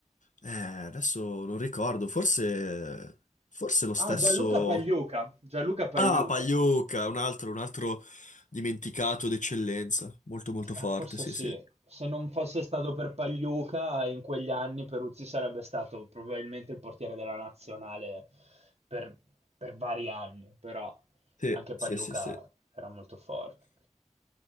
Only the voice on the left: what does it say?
eh, adesso non ricordo, forse forse lo stesso
Ah, Pagliuca, un altro, un altro dimenticato d'eccellenza, molto molto
forte,
sì,
sì.
Sì,
sì, sì, sì.